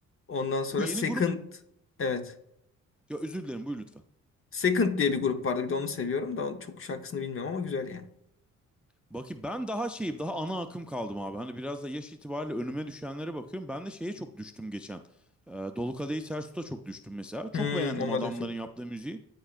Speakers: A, on the left; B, in the centre.
A: Ondan sonra
B: Bu yeni
A: Second
B: grup
A: evet.
B: ya özür dilerim buyur lütfen.
A: Second diye bir grup vardı. Bir de onu seviyorum da onun çok şarkısını bilmiyorum ama güzel yani.
B: Bakayım ben daha şeyim daha ana akım kaldım abi. Hani biraz da yaş itibariyle önüme düşenlere bakıyorum. Ben de şeye çok düştüm geçen. Ee, Dolu Kadehi Ters Tut'a çok düştüm mesela. Çok
A: Hmm,
B: beğendim
A: onlar
B: adamların
A: da çok
B: yaptığı müziği.